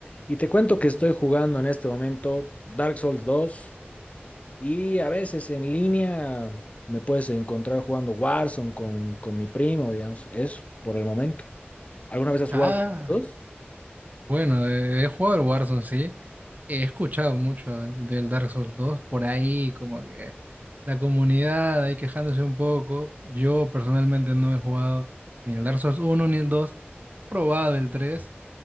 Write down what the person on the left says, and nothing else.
Y te cuento que estoy jugando en este momento Dark Souls dos y a veces en línea me puedes encontrar jugando Warzone con, con mi primo, digamos, eso por el momento. ¿Alguna vez has
jugado con los dos?